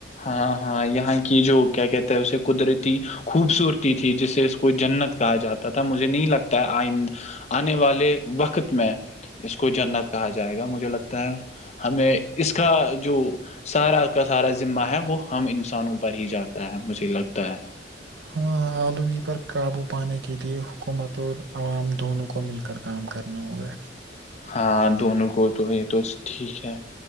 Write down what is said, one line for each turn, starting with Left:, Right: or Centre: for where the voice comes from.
Left: ہاں ہاں یہاں کی جو کیا کہتے ہیں اسے قدرتی خوبصورتی تھی جسے اس کو جنت کہا جاتا تھا مجھے نہیں لگتا ہے آئند آنے والے وقت میں اس کو جنت کہا جائے گا مجھے لگتا ہے ہمیں اس کا جو سارا کا سارا ذمہا ہے وہ ہم انسانوں پر ہی جاتا ہے مجھے لگتا ہے
Right: ہاں آلودگی پر قابو پانے کے لیئے حکومت اور عوام دونوں کو مل کر کام کرنا ہوگا
Left: ہاں دونوں کو تو یہ تو ٹھیک ہے